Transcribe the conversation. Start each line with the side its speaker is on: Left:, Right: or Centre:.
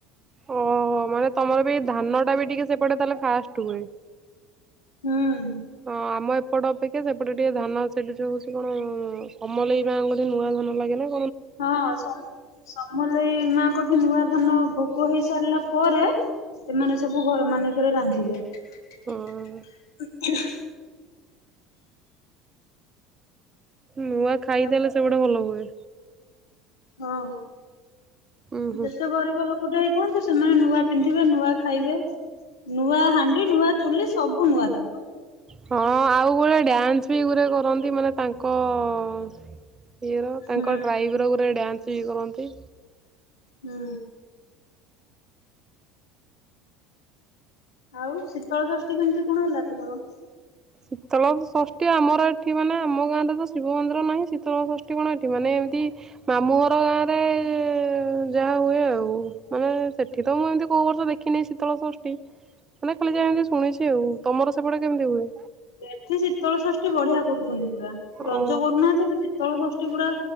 Right: ଓହୋ ମାନେ ତମର ବି ଧାନ ଟା ବି ଟିକେ ସେପଟେ ତାହେଲେ ଫାଷ୍ଟ ହୁଏ।
Left: ହୁଁ
Right: ହଁ ଆମ ଏପ ଏପଟ ଅପେକ୍ଷା ସେପଟେ ଟିକେ ଧାନ ସେଠି ଯଉ ହଉଛି କଣ ଅଁଅଁ ସମଲେଇ ମା ଗୋଟେ ନୂଆ ଧାନ ଲାଗେନା
Left: ହଁ ସମ ସମଲେଇ ମାଙ୍କଠି ନୂଆ ଧାନ ଭୋଗ ହୋଇ ସାରିଲା ପରେ ସେମାନେ ସବୁ ଘର ମାନଙ୍କରେ ରାନ୍ଧିବେ। ଟି ଟି ଟି
Right: ହଁ
Left: ହୁଁ ହୁଁ
Right: ନୂଆ ଖାଇଦେଲେ
Left: ଆଉ
Right: ସେ ଗଟେ ଭଲ ହୁଏ।
Left: ହଁ
Right: ଉୁଁ ହୁଁ
Left: ଯେତେ ଗରିବ ଲୋକ କଟେ ହେଇଥାନ୍ତୁ ସେମାନେ ନୂଆ ପିନ୍ଧିବେ ନୂଆ ଖାଇବେ। ନୂଆ ହାଣ୍ଡି ନୂଆ ଚୁଲି ସବୁ ନୂଆ ତାଙ୍କର।
Right: ହଁ ଆଉ ଗୋଟେ ଡ୍ୟାନ୍ସ ବି ଗୁରେ କରନ୍ତି ମାନେ ତାଙ୍କ ଅଅ ହିରୋ ତାଙ୍କ
Left: ହୁଁ।
Right: ଟ୍ରାଇବ୍ର ଗୋରେ ଡ୍ୟାନ୍ସ ବି କରନ୍ତି।
Left: ହୁଁ। ଆଉ ଶୀତଳ ଷଷ୍ଠୀ କେମିତି କଣ ହେଲା ତୁମର?
Right: ଶୀତଳ ଷଷ୍ଠୀ ଆମର ଏଠି ମାନେ ଆମ ଗାଁରେ ତ ଶିବ ମନ୍ଦିର ନାହିଁ ଶୀତଳ ଷଷ୍ଠୀ କଣ ଏଠି ମାନେ ଏମିତି ମାମୁଁ ଘର ଗାଁ ରେ ଏଏ ଯାହା ହୁଏ ଆଉ। ମାନେ ସେଠି ତ ମୁଁ ଏମତି କହୁ ବର୍ଷ ଦେଖିନି ଶୀତଳ ଷଷ୍ଠୀ ମାନେ ଖାଲି ଯାହା ଏମିତି ଶୁଣିଛି ଆଉ। ତମର ସେପଟେ କେମିତି ହୁଏ?
Left: ଏଠି ଶୀତଳଷଷ୍ଠୀ ବଢିଆ କରୁଛନ୍ତି ପୁରା ରଜ
Right: ଓ
Left: କରୁନାହାନ୍ତି ହେଲେ ସି ଶିତଳ ଷଷ୍ଠୀ ପୁରା